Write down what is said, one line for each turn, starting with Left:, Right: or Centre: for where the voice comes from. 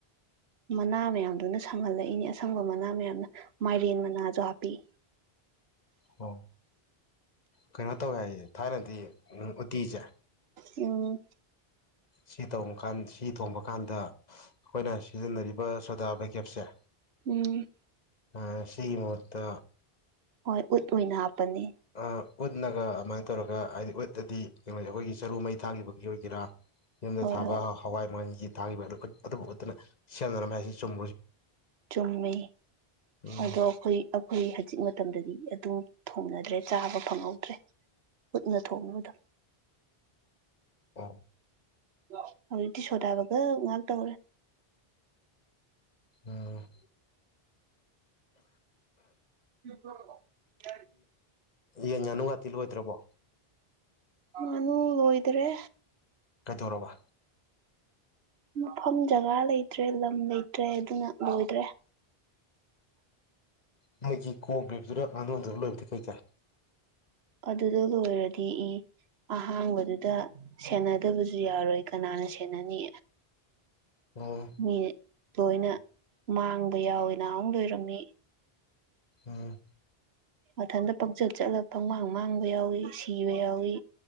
Right: ꯃꯅꯥ ꯃꯌꯥꯝꯗꯨꯅ ꯁꯪꯍꯜꯂꯛꯏꯅꯦ ꯑꯁꯪꯕ ꯃꯅꯥ ꯃꯌꯥꯝꯅ ꯃꯥꯏꯔꯦꯟ ꯃꯅꯥꯖꯨ ꯍꯥꯞꯄꯤ
Left: ꯑꯣ ꯀꯩꯅꯣ ꯇꯧꯋꯦ ꯍꯥꯏꯌꯦ ꯊꯥꯏꯅꯗꯤ ꯎ ꯎꯇꯤꯖꯦ
Right: ꯎꯝ
Left: ꯁꯤ ꯇꯣꯡꯀꯥꯟ ꯁꯤ ꯊꯣꯡꯕ ꯀꯥꯟꯗ ꯑꯩꯈꯣꯏꯅ ꯁꯤꯖꯤꯟꯅꯔꯤꯕ ꯁꯣꯗꯥ ꯕꯥꯏꯒꯞꯁꯦ
Right: ꯎꯝ
Left: ꯑ ꯁꯤꯃꯍꯨꯠꯇ
Right: ꯍꯣꯏ ꯎꯠ ꯑꯣꯏꯅ ꯍꯥꯞꯄꯅꯤ
Left: ꯑ ꯎꯠꯅꯒ ꯑꯃꯥꯏ ꯇꯧꯔꯒ ꯍꯥꯏꯗꯤ ꯎꯠꯑꯗꯤ ꯀꯩꯅꯣꯖꯦ ꯑꯩꯈꯣꯏꯒꯤ ꯆꯔꯨ ꯃꯩ ꯊꯥꯒꯤꯒꯤꯕꯒꯤ ꯑꯣꯏꯒꯦꯔꯥ ꯌꯨꯝꯗ
Right: ꯍꯣꯏ
Left: ꯊꯥꯕ
Right: ꯍꯣꯏ
Left: ꯍꯋꯥꯏ ꯃꯟꯒꯤ ꯊꯥꯒꯤꯕ ꯑꯗꯨ ꯑꯗꯨꯕ ꯎꯠꯇꯨꯅ ꯁꯦꯝꯅꯔꯝꯃꯦ ꯍꯥꯏꯁꯦ ꯆꯨꯝ
Right: ꯆꯨꯝꯃꯤ
Left: ꯎꯝ
Right: ꯑꯗꯣ ꯑꯈꯣꯏ ꯑꯈꯣꯏ ꯍꯖꯤꯛ ꯃꯇꯝꯗꯗꯤ ꯑꯗꯨ ꯊꯣꯡꯅꯗ꯭ꯔꯦ ꯆꯥꯕ ꯐꯪꯍꯧꯗ꯭ꯔꯦ ꯎꯠꯅ ꯊꯣꯡꯅꯕꯗꯣ
Left: ꯑ
Right: ꯏꯇꯥꯎ ꯍꯧꯖꯤꯛꯇꯤ ꯁꯣꯗꯥ ꯕꯥꯏꯒꯞ ꯉꯥꯛ ꯇꯧꯔꯦ
Left: ꯑꯝ
Right: <unintelligible>
Left: ꯌꯦꯟ ꯉꯥꯅꯨ ꯉꯥꯇꯤ ꯂꯣꯏꯗ꯭ꯔꯕꯣ
Right: ꯉꯥꯅꯨ ꯂꯣꯏꯗꯔꯦ
Left: ꯀꯗꯧꯔꯕ
Right: ꯃꯐꯝ ꯖꯒꯥ ꯂꯩꯇ꯭ꯔꯦ ꯂꯝ ꯂꯩꯇ꯭ꯔꯦ ꯑꯗꯨꯅ ꯂꯣꯏꯗ꯭ꯔꯦ
Left: ꯅꯣꯏꯒꯤ ꯀꯣ ꯕꯤꯕꯗꯨꯅ ꯉꯥꯅꯨꯗ ꯂꯣꯏꯕꯗꯤ ꯀꯩ ꯀꯥꯏ
Right: ꯑꯗꯨꯗ ꯂꯣꯏꯔꯗꯤ ꯏ ꯑꯍꯥꯡꯕꯗꯨꯗ ꯁꯦꯟꯅꯗꯕꯖꯨ ꯌꯥꯔꯣꯏ ꯀꯅꯥꯅ ꯁꯦꯟꯅꯅꯤ
Left: ꯑꯣ
Right: ꯃꯤ ꯂꯣꯏꯅ ꯃꯥꯡꯕ ꯌꯥꯎꯌꯦ ꯅꯍꯥꯟꯃꯨꯛ ꯂꯣꯏꯔꯝꯃꯤ
Left: ꯑꯥ
Right: ꯃꯊꯟꯇ ꯄꯪꯆꯠ ꯆꯠꯂ ꯄꯪꯃꯥꯡ ꯃꯥꯡꯕ ꯌꯥꯎꯏ ꯁꯤꯕ ꯌꯥꯎꯏ